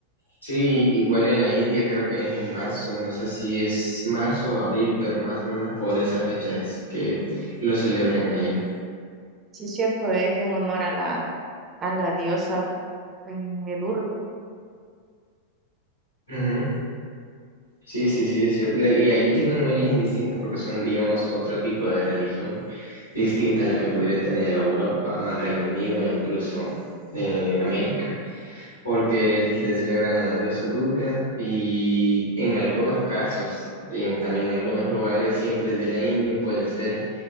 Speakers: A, on the left; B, on the right.
A: Sí, igual en la India creo que es en marzo, no sé si es marzo o abril, pero más o menos por esa fecha es que lo celebran allá.
B: Sí, es cierto, es en honor a la, a la diosa eh, Durga.
A: Ujú. Sí, sí, sí, es cierto. Le- Y allí tienen un origen distinto porque son, digamos, otro tipo de religión. distinta a la que podría tener Europa, Reino Unido, e incluso eh, América, porque le celebran a la diosa Durga y en algunos casos, en, también en algunos lugares, siempre de la India puede ser